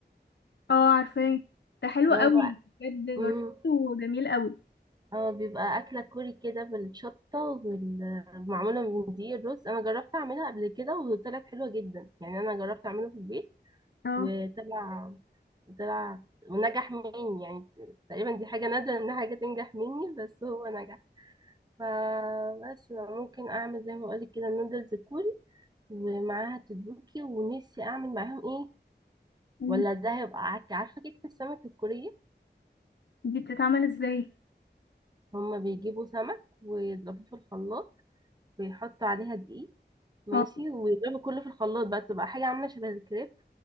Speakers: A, on the left; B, on the right.
A: اه عارفاه ده حلو
B: هو
A: قوي بجد
B: مم.
A: جربته جميل قوي
B: اه بيبقى أكلة كوري كده بالشطة والمعمولة من دي الرز أنا جربت أعملها قبل كده وطلعت حلوة جدا يعني أنا جربت أعمله في البيت
A: اه
B: وطلع طلع ونجح مني يعني تقريبا دي حاجة نادرة إن حاجة تنجح مني بس هو نجح فبس ممكن اعمل زي ما اقولك كده النودلز كوري ومعاها تدوكي ونفسي اعمل معاهم ايه
A: مم.
B: ولا ده هيبقى عك- عارفه كيكه السمك الكوريه
A: دي بتتعمل ازاي
B: هما بيجيبوا سمك ويضربوه في الخلاط ويحطوا عليها دقيق ماشي
A: اه
B: ويضربوا كله في الخلاط بقى تبقى حاجه عامله شبه الكريب